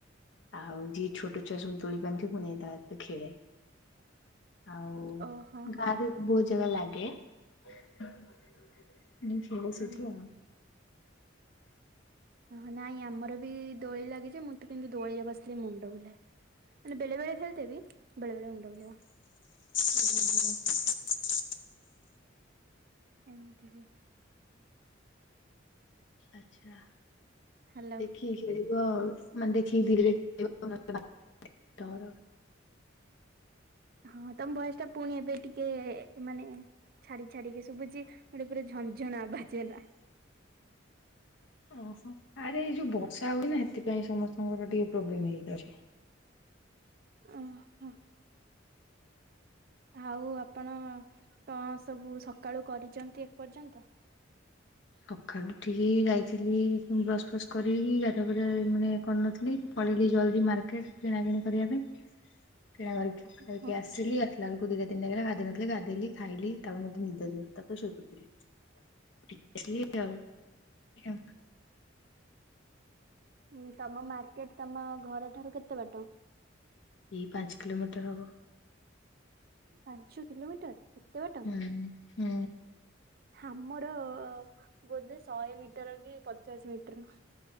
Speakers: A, on the left (about 70°); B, on the right (about 50°).
A: ଆଉ ଯିଏ ଛୋଟ ଛୁଆ ସବୁ ଦୋଳି ବାନ୍ଧିଥିବେ ପୁଣି ତା ସହ ଖେଳେ। ଆଉ
B: ଓହୋ
A: ଗାଁ ରେ ଭୋଜି ବା ଲାଗେ ମୁଁ ଖେଳେ ସେଠୀ
B: ଓହୋ
A: ଆଉ
B: ହ ନାଇଁ ଆମର ବି ଦୋଳି ଲାଗିଛି ମୁଁ ତ କିନ୍ତୁ ଦୋଳିରେ ବସ ମୁଣ୍ଡ ବୁଲାଏ ମାନେ ବେଳେ ବେଳେ ଖେଳଦେବି ବେଳେ ବେଳେ ମୁଣ୍ଡ ବୁଲେଇବ।
A: <inaudible>
B: ଏମିତିରେ
A: ଆଛା
B: ହ୍ୟାଲୋ
A: ଦେଖି କି ଖେଳିବୁ ମାନେ ଦେଖିକି ଧିରେ ଧିରେ <unintelligible>
B: ହଁ ତମ ଭଏସ ଟା ପୁଣି ଏବେ ଟିକେ ମାନେ ଛାଡି ଛାଡିକି ଶୁଭୁଛି ଗୋଟେ ପୁରା ଝଞଝଣା ଆବାଜ ହେଲା।
A: ଓହୋ ଆରେ ଏଇ ଯୋଉ ବର୍ଷା ହୁଏ ନା ସେଥିପାଇଁ ସମସ୍ତଙ୍କର ଟିକେ ପ୍ରୋବ୍ଲେମ୍ ହେଇଯାଉଛି।
B: ଓ ହୋ। ଆଉ ଆପଣ କଣ ସବୁ ସକାଳୁ କରିଛନ୍ତି ଏପର୍ଯ୍ୟନ୍ତ?
A: କ କାଲି ଉଠିକି ଯାଇଥିଲି। ବସ୍ କରିକି ଗାଧୁଆ ପାଧୁଆ ମାନେ କରିନଥିଲି ପଳେଇଲି ଜଲଦି ମାର୍କେଟ କିଣାକିଣି କରିବା ପାଇଁ। କିଣା କରିକି ଖାଇକି
B: ଓହୋ
A: ଆସିଲି। ଲାଡୁକୁଦଲା ଗାଧେଇନଥିଲେ ଗାଧେଇକି ଖାଇଲି ତା ମ ନିଦ ଜୋ ତା ସ କରିଥିଲି। <unintelligible> ଚାଲ <unintelligible>
B: ହୁଁ ସମାନ। ଏଇଠୁ ତମ ଘର ଠାରୁ କେତେ ବାଟ?
A: ଏଇ ପାଞ୍ଚ କିଲୋମିଟର ହବ।
B: ପାଞ୍ଚ କିଲୋମିଟର? ଏତେ ବାଟ।
A: ହୁଁ ହୁଁ।
B: ଆମର ବୋଧେ ଶହେ ମିଟର କି ପଚାଶ ମିଟର।